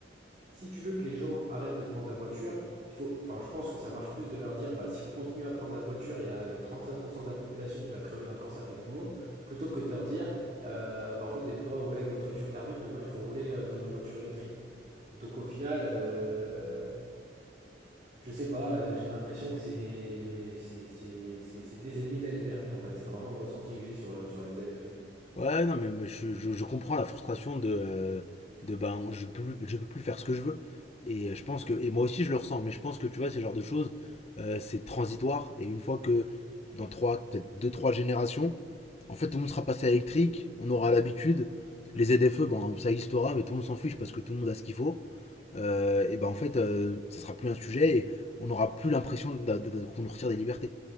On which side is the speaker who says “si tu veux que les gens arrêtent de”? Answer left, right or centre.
Right